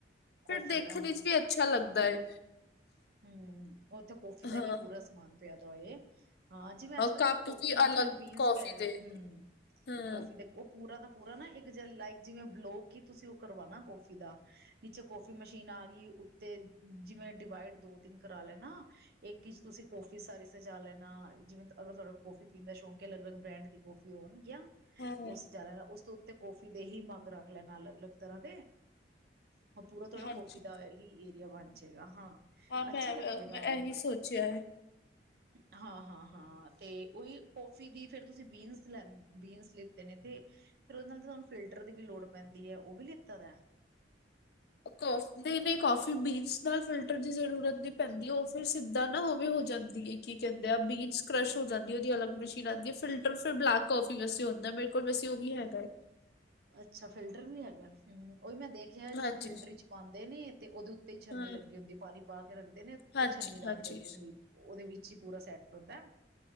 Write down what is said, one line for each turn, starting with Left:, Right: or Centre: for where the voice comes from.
Right: ਕੌਫੀ
Left: ਫਿਰ ਦੇਖਣ
Right: ਦਾ ਹਾਂ
Left: 'ਚ ਵੀ ਅੱਛਾ ਲੱਗਦਾ ਹੈ।
Right: ਹਮ, ਉਥੇ ਕੌਫੀ ਦਾ
Left: ਹਾਂ
Right: ਹੀ ਪੂਰਾ ਸਮਾਨ ਪਿਆਦਾ ਹੋਏ। ਹਾਂ, ਜਿਵੇਂ ਅੱਜ ਕਲ
Left: ਕੱਪ
Right: ਤੇ ਕੋਫੀ
Left: ਵੀ ਅਲੱਗ
Right: ਜਿਹੜੇ ਬੀਨਸ
Left: ਕੌਫੀ
Right: ਕਹਿ ਰਹੇ
Left: ਦੇ
Right: ਹੋ, ਹਮ।
Left: ਹਾਂ
Right: ਕਾਫੀ ਦੇਖ, ਉਹ ਪੂਰਾ ਦਾ ਪੂਰਾ ਨਾ ਇੱਕ ਜ ਲਾਈਕ, ਜਿਵੇਂ ਬਲੋ ਤੁਸੀਂ ਉਹ ਕਰਵਾਣਾ ਕਾਫ਼ੀ ਦਾ। ਨੀਚੇ ਕੋਫੀ ਮਸ਼ੀਨ ਆ ਗਈ ਉੱਤੇ, ਜਿਵੇਂ ਡਿਵਾਈਡ ਦੋ- ਤਿੰਨ ਕਰਾ ਲੈਨਾ। ਇੱਕ 'ਚ ਤੁਸੀਂ ਕੌਫੀ ਸਾਰੀ ਸਜਾ ਲੈਣਾ, ਜਿਵੇਂ ਅਗਰ ਤੁਹਾਡਾ ਕੋੌਫੀ ਪੀਣ ਦਾ ਸ਼ੌਕ ਹੈ, ਅਲੱਗ- ਅਲੱਗ ਬ੍ਰੈਂਡ ਦੀ ਕੋਫੀ। ਪਿਓਣ ਗਿਆ।
Left: ਹਾਂ
Right: ਉਹ ਸਜਾ ਦੇਣਾ, ਉਸ ਤੋਂ ਉੱਤੇ ਕੌਫੀ ਦੇ ਹੀ ਮੱਗ ਰੱਖ ਲੈਣਾ ਅਲੱਗ- ਅਲੱਗ ਤਰ੍ਹਾਂ ਦੇ। ਉਹ ਪੂਰਾ ਥੋੜਾ
Left: ਹਾਂਜੀ
Right: ਕੋਫੀ ਦਾ ਹੀ ਏਰੀਆ ਬਣ ਜਾਏਗਾ ਹਾਂ।
Left: ਹਾਂ ਮੈਂ,
Right: ਅੱਛਾ ਲੱਗੇਗਾ
Left: ਮੈਂ
Right: ਐਵੇਂ।
Left: ਇਹੀ ਸੋਚਿਆ ਹੈ।
Right: ਹਾਂ- ਹਾਂ- ਹਾਂ ਤੇ ਉਹੀ ਕੋਫੀ ਦੀ ਫਿਰ ਤੁਸੀਂ ਬੀਨਸ ਲੈ ਬੀਨਸ ਲਿੱਤੇ ਨੇ ਤੇ ਫੇਰ ਉਹਦੇ ਨਾਲ ਤੁਹਾਨੂੰ ਫਿਲਟਰ ਦੀ ਵੀ ਲੋੜ ਪੈਂਦੀ ਹੈ, ਉਹ ਵੀ ਲਿੱਤਾ ਦਾ
Left: ਅਫਕੋਰਸ। ਨਈ -ਨਈ ਕਾਫੀ ਬੀਨਸ ਨਾਲ ਫਿਲਟਰ ਦੀ ਜ਼ਰੂਰਤ ਨਹੀਂ ਪੈਂਦੀ, ਉਹ ਫੇਰ ਸਿੱਧਾ ਨਾ ਉਹਵੇ ਹੋ ਜਾਂਦੀ ਹੈ। ਕੀ ਕਹਿੰਦੇ ਆ ਬੀਨਸ ਕਰਸ਼ ਹੋ ਜਾਂਦੀ, ਉਹਦੀ ਅਲਗ ਮਸ਼ੀਨ ਆਉਂਦੀ, ਫਿਲਟਰ ਫਿਰ ਬਲੈਕ ਕਾਫੀ ਵਸ ਹੁੰਦਾ ਮੈਂ ਮੇਰੇ ਕੋਲ ਵਸ ਉਹ ਵੀ ਹੈਗਾ ਏ।
Right: ਅੱਛਾ ਫਿਲਟਰ ਵੀ ਹੈਗਾ, ਹਮ, ਓਹਦੇ ਨਾਲ ਦੇਖ
Left: ਹਾਂਜੀ
Right: ਕਿ ਉਹ ਫਿਲਟਰ ' ਚ ਪਾਉਂਦੇ ਨੇ, ਤੇ ਉਹਦੇ ਉੱਤੇ ਹੀ ਛਲਨੀ
Left: ਹਾਂ
Right: ਲੱਗੀ ਹੁੰਦੀ ਹੈ, ਪਾਣੀ ਪਾ ਕੇ ਰੱਖਦੇ ਨੇ ਉੱਤੇ
Left: ਹਾਂਜੀ
Right: ਛਲਨੀ ਰੱਖ
Left: ਹਾਂਜੀ
Right: ਦਿੰਦੇ ਨੇ ਉਹੀ। ਉਹਦੇ ਵਿੱਚ ਹੀ ਪੂਰਾ ਸੈਟ ਹੁੰਦਾ,